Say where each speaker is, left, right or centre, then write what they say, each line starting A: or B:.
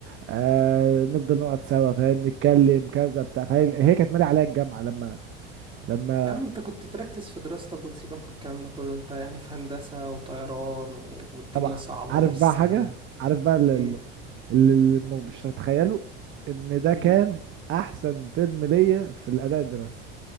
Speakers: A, on the right (about 40°); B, on the right (about 15°).
A: آه نفضل نقعد سوا فاهم نتكلم كذا بتاع فهي هي كانت مالي عليا الجامعه لما لما
B: يا عم انت كنت تركز في دراستك وتسيبك من الكلام ده كله انت يعني في هندسة وطيران و... والدنيا
A: طبعا
B: صعبة
A: عارف
B: ومش
A: بقى
B: سهلة
A: حاجه عارف بقى اللي,
B: ايه
A: اللي اللي م- مش هتتخيله ان ده
B: ايه
A: كان احسن ترم ليا في الاداء الدراسي